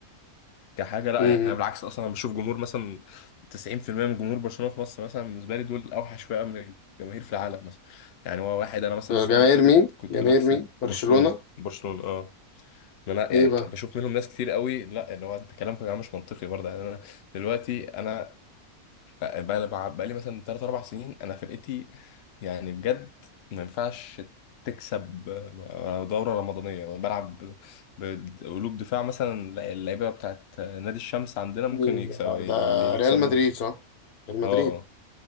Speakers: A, on the left; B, on the left.
A: كحاجه لا
B: م-
A: يعني أنا
B: م.
A: بالعكس اصلا انا بشوف جمهور مثلا 90% من جمهور برشلونه في مصر مثلا بالنسبه لي دول اوحش فئه من الجماهير في العالم مثلا يعني هو واحد انا مثلا
B: جماهير
A: السنه اللي فاتت
B: مين؟
A: كنت
B: جماهير
A: بكسب
B: مين؟ برشلونة
A: برشلونه برشلونه اه ما انا
B: ايه
A: يعني
B: بقى
A: بشوف منهم ناس كتير قوي لا اللي هو انت كلامكم يا جماعه مش منطقي برضه يعني انا دلوقتي انا بقى بقى بقى لي مثلا 3 4 سنين انا فرقتي يعني بجد ما ينفعش تكسب دوره رمضانيه انا بلعب بقلوب دفاع مثلا لا، اللعيبه بتاعت نادي الشمس عندنا ممكن
B: مين
A: يكسبوا
B: ده ده
A: اللي يكسبوهم
B: ريال مدريد صح ريال مدريد
A: اه